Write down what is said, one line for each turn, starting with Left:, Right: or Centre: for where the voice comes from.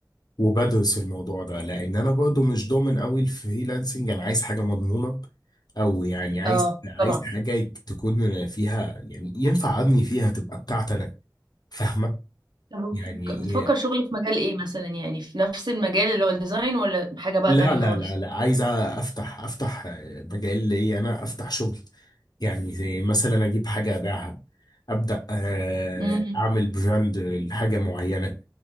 Left: وبدرس الموضوع ده لان انا برضو مش ضامن قوي الفريلانسنج انا عايز حاجه مضمونه او يعني عايز
Right: اه
Left: عايز
Right: طبعا
Left: حاجه تكون فيها يعني ينفع ابني فيها تبقى بتاعتي انا فاهمه
Right: طب وبتفك-
Left: يعني إيه؟
Right: بتفكر شغل في مجال ايه مثلا يعني في نفس المجال اللي هو الديزاين ولا حاجة بقى
Left: لا
Right: تانية
Left: لا
Right: خالص
Left: لا لا عايز افتح افتح مجال لي انا افتح شغل يعني زي مثلا اجيب حاجه ابيعها ابدا آه،
Right: امم
Left: اعمل براند لحاجه معينه